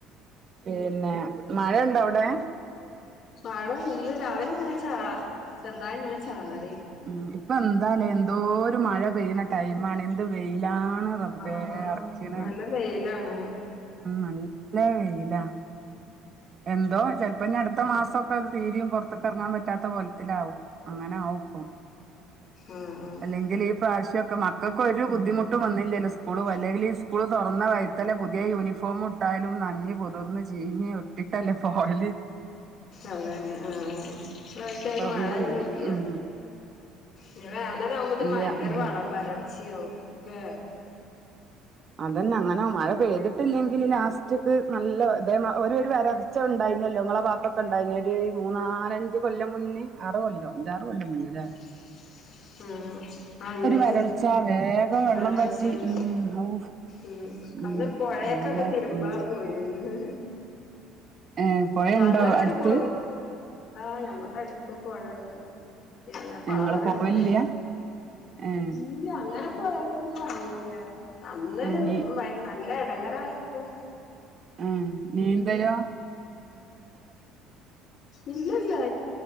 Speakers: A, on the right (about 35°); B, on the left (about 45°).
A: പിന്നെ മഴണ്ടോ അവടെ
B: മഴ ഇന്ന് രാവിലെങ്ങനെ ചാ ചെറുതായിങ്ങനെ ചാറി
A: ഉഉം ഇപ്പൊ എന്താലെ എന്തോരു മഴ പെയ്യുന്ന ടൈമാണ് എന്ത് വെയിലാണ് റബ്ബേ
B: ആ
A: അറക്കണ്
B: നല്ല വെയിലാണ്
A: ഉം നല്ല വെയില എന്തോ ചെലപ്പോ ഞ അടുത്ത മാസൊക്കെ <unintelligible> പൊറത്ത്ക്കെറങ്ങാൻ പറ്റാത്ത കോലത്തിലാവും അങ്ങനെ ആകും ഇപ്പം
B: ആഹ് ആഹ്
A: അല്ലെങ്കിൽ ഈപ്രാശം പ്പൊ മക്കക്കൊരു ബുദ്ധിമുട്ടും വന്നില്ലല്ലോ സ്കൂളും അല്ലെങ്കിൽ സ്കൂള് തൊറന്ന വയ്താലേ പുതിയ യൂണിഫോം ന്തായാലും നഞ്ഞ് പൊതിർന്ന് ചീഞ് ഒട്ടിട്ടല്ലേ പോല്
B: അതെന്നെ ആ ഇപ്രാവശ്യം
A: ഇപ്പൊ
B: മഴൊന്നുംല്ല
A: ഒന്നുംല്ല ഉം
B: ഞ്ഞി വേനലാവുമ്പോത്ത്ന്
A: ഇല്ല
B: ഭയങ്കര
A: ഉം
B: വള വരൾച്യാവും ല്ലെ
A: അതെന്നെ അങ്ങനെ മഴ പെയ്തിട്ടില്ലെങ്കില് ലാസ്റ്റ് നല്ല അ ഒരു ഒരു വരൾച്ചണ്ടായിര്ന്നല്ലോ ങ്ങളെ വാത്തൊക്കെ ഉണ്ടായിന്നൊരു മൂന്നാലഞ്ച് കൊല്ല മുന്നേ ആറ് കൊല്ലോ അഞ്ചാറ് കൊല്ലം മുന്നെ ല്ലേ
B: <unintelligible> ആ ആ ഇണ്ടേയ്ന്ന്
A: വരൾച്ച വേഗം വെള്ളം
B: വരൾച്ചണ്ടേ
A: വറ്റി ഉം ഔ
B: ഉം
A: ഉം
B: അന്ന് പുഴക്കൊക്കെ
A: നല്ല
B: തിരുമ്പാ
A: ഉം
B: പോയിന്ന്
A: ഏ പൊഴണ്ടോ
B: വെള്ളം അങ്ങോട്ട്
A: അടുത്ത്
B: പോ ആഹ ഞമ്മക്ക് അടുത്ത പോുണ്ട് പിന്നെ പാടുണ്ട്
A: ഇങ്ങള് പോവലില്ല ഏഹ്
B: ഇല്ല അങ്ങനെ പോയക്കും പറഞ്ഞരാൻ അന്ന്
A: ഏഹ് നീ
B: നല്ല ഇടങ്ങറയപ്പോൊ
A: ആ നീന്തരുവാ
B: ഇല്ലല്ല